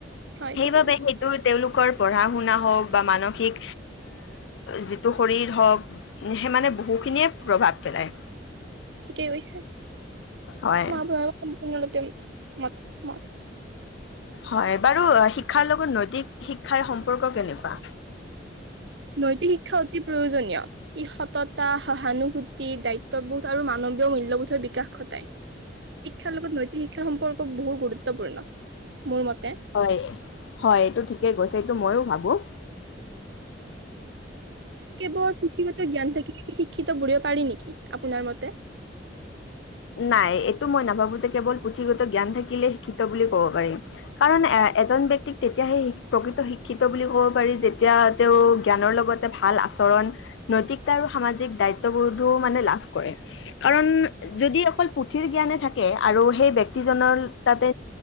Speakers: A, on the right; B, on the left.
A: হয়
B: সেইবাবে
A: ঠিকে কৈছে
B: সেইটো তেওঁলোকৰ পঢ়া শুনা হওঁক বা মানসিক যিটো শৰীৰ হওঁক সেই মানে বহুখিনিয়ে প্ৰভাৱ পেলায়।
A: ঠিকেই কৈছে।
B: হয়
A: ম ব <unintelligible> ম ম <unintelligible>
B: হয় বাৰু শিক্ষাৰ লগত নৈতিক শিক্ষাৰ সম্পৰ্ক কেনেকুৱা?
A: নৈতিক শিক্ষা অতি প্ৰয়োজনীয়। ই সততা, সহানুভূতি, দায়িত্ববোধ আৰু মানৱীয় মূল্যবোধৰ বিকাশ ঘটায়। শিক্ষাৰ লগত নৈতিক শিক্ষাৰ সম্পৰ্ক বহু গুৰুত্বপূৰ্ণ। মোৰ মতে
B: হয়, হয়, এইটো ঠিকে কৈছে এইটো ময়ো ভাবো। বোৰ
A: কেৱৰুথিগত জ্ঞান থাকিলে শিক্ষিত ব পাৰি নেকি আপোনাৰ মতে?
B: নাই এইটো মই নাভাবো যে কেৱল পুথিগত জ্ঞান থাকিলে শিক্ষিত বুলি কব পাৰি, কাৰণ এ-এজন ব্যক্তিক তেতিয়াাহে শ প্ৰকৃত শিক্ষিত বুলি কব পাৰি যেতিয়া তেওঁ জ্ঞানৰ লগতে ভাল আচৰণ, নৈতিক আৰু সামাজিক দায়িত্ববোধো মানে লাভ কৰে। কাৰণ যদি অকল পুথিৰ জ্ঞানে থাকে আৰু সেই ব্যক্তিজনৰ তাতে